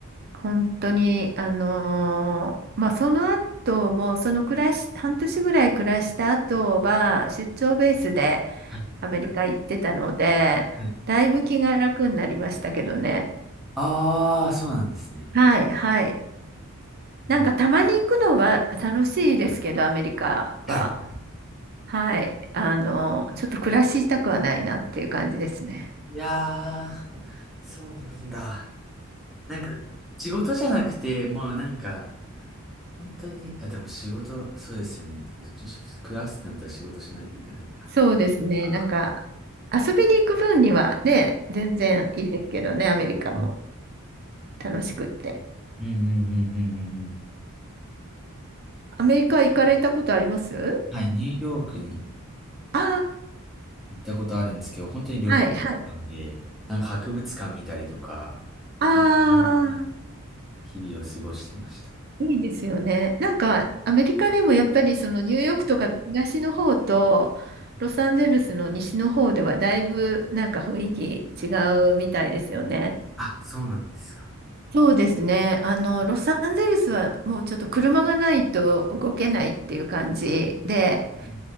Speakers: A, on the right; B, in the centre.
A: 本当に、あのーまあ、その後も、その暮らし、半年ぐらい暮らした後は、出張ベースで
B: はい。
A: アメリカ行ってたので、
B: はい
A: だいぶ気が楽になりましたけどね。
B: ああー、そうなんですね。
A: はい、はい。なんかたまに行くのは楽しいですけど、
B: うわ
A: アメリカは。
B: はい。
A: はい。あのーちょっと暮らしたくはないなっていう感じですね。
B: いやー、そうなんだ。なんか、仕事じゃなくて、もうなんか、本当に、あ、でも仕事、そうですよね。どっちにしろ暮らすってなったら仕事しないといけないから。
A: そうですね。
B: ああ、
A: なんか、遊びに行く分にはね、全然いいですけどね、アメリカも
B: うん
A: 楽しくって。
B: うんうんうんうんうんうん。
A: アメリカ行かれたことあります
B: はい、ニューヨークに
A: あ
B: 行ったことあるんですけど、本当に旅行だったんで、
A: あー、はい、はい。
B: なんか博物館見たりとか、
A: あ
B: 結構楽しい
A: あ、
B: 日々を過ごしてました。
A: いいですよね。なんか、アメリカでもやっぱりそのニューヨークとか東の方と、ロサンゼルスの西の方ではだいぶなんか雰囲気違うみたいですよね。
B: あ、そうなんですか。
A: そうですね。あの、ロサンゼルスはもうちょっと車がないと動けないっていう感じで、
B: うんう